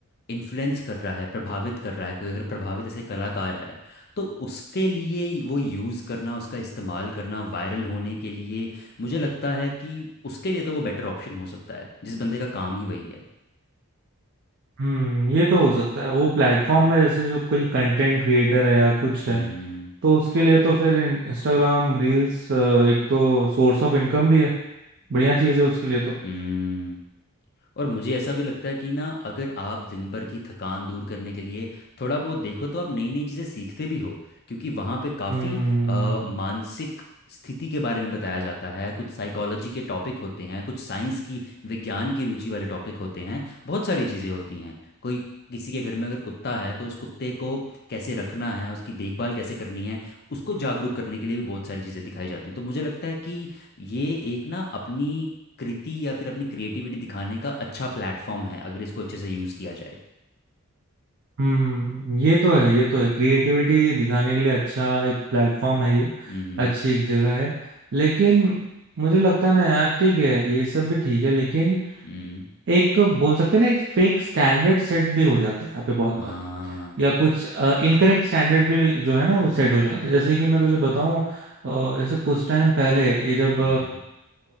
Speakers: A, on the left; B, on the right.
A: इन्फ्लुएंस कर रहा है प्रभावित कर रहा है कोई अगर प्रभावित ऐसे कलाकार है तो उसके लिए वो यूज़ करना उसका इस्तेमाल करना वायरल होने के लिए मुझे लगता है कि उसके लिए तो वो बेटर ऑप्शन हो सकता है जिस बंदे का काम ही वही है
B: हम्म ये तो हो सकता है वो प्लेटफॉर्म में जैसे जो कोई कंटेंट क्रिएटर है या कुछ
A: हम्म
B: है तो उसके लिए तो फिर इंस्टाग्राम रील्स एक तो सोर्स ऑफ इनकम भी है बढ़िया चीज है उसके लिए तो
A: हम्म और मुझे ऐसा भी लगता है कि ना अगर आप दिन भर की थकान दूर करने के लिए थोड़ा बहुत देखो तो आप नई नई चीज़ें सीखते भी हो क्योंकि वहाँ पे काफ़ी
B: हम्म
A: मानसिक स्थिति के बारे में बताया जाता है कुछ साइकोलॉजी के टॉपिक होते हैं कुछ साइंस की विज्ञान की रुचि वाले टॉपिक होते हैं बहुत सारी चीज़ें होती हैं कोई किसी के घर में अगर कुत्ता है तो उस कुत्ते को कैसे रखना है उसकी देखभाल कैसे करनी है उसको जागरूक करने के लिए भी बहुत सारी चीज़ें दिखाई जाती हैं तो मुझे लगता है कि ये एक ना अपनी कृति या फिर अपनी क्रिएटिविटी दिखाने का अच्छा प्लेटफॉर्म है अगर इसको अच्छे से यूज़ किया जाए
B: हम्म ये तो है ये तो है क्रिएटिविटी दिखाने के लिए अच्छा एक प्लेटफॉर्म है ये
A: हम्म
B: अच्छी एक जगह है लेकिन मुझे लगता है ना यार ठीक है ये सब भी ठीक है लेकिन
A: हम्म
B: एक बोल सकते हैं ना एक फेक स्टैंडर्ड सेट भी हो जाता है यहाँ पे बहुत
A: हाँ
B: बार या कुछ इनकरेक्ट स्टैंडर्ड भी जो है ना वो सेट हो जाता है जैसे कि मैं तुझे बताऊं अ, जैसे कुछ टाइम पहले ये जब
A: हम्म